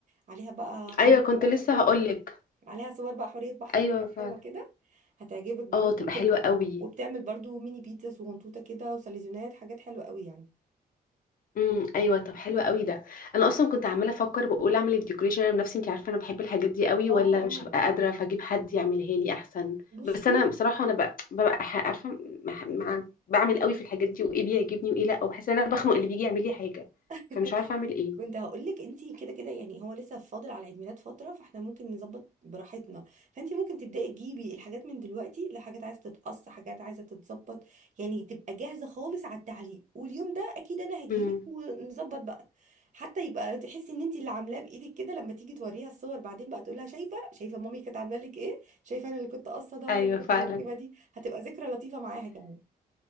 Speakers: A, on the right (about 50°); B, on the left (about 60°).
A: عليها بقى حلوة
B: ايوه كنت
A: بحر
B: لسه
A: كده
B: هقولك
A: عليها صور بقى حورية بحر
B: ايوه
A: وحاجات
B: فعلا
A: حلوة كده هتعجبك برضو
B: اه تبقى حلوه
A: وت-
B: قوي
A: وبتعمل برضو ميني بيتزا صغنطوطة كده وسليزونات حاجات حلوة قوي يعني
B: امم ايوه طب حلو قوي ده انا اصلا كنت عماله افكر بقول اعمل الديكوريشن انا بنفسي انت عارفه انا بحب الحاجات دي قوي
A: اه
B: ولا
A: اه
B: مش هبقى قادره فاجيب حد يعملها لي احسن
A: بصي
B: بس انا بصراحه انا بق- ببقى ح- عارفه مع- مع- بعمل قوي في الحاجات دي وايه بيعجبني وايه لا وبحس ان انا بخنق اللي بيجي يعمل لي حاجه
A: <laughs>
B: فمش عارفه اعمل ايه
A: كنت هقولك انتي كده كده يعني هو لسه فاضل على عيد ميلاد فترة فاحنا ممكن نظبط براحتنا فانتي ممكن تبدأي تجيبي الحاجات من دلوقتي لحاجات عايزة تتقص حاجات عايزة تتظبط يعني تبقى جاهزة خالص على التعليق واليوم ده اكيد انا هجيلك
B: امم
A: ونظبط بقى حتى يبقى تحسي ان انتي اللي عاملاه بايدك كده لما تيجي توريها الصور بعدين بقى تقولها شايفة شايفة مامي كانت عاملة لك ايه شايفة انا اللي كنت قاصة ده
B: ايوه
A: وانا اللي كنت
B: فعلا
A: مركبة دي هتبقى ذكرى لطيفة معاها كمان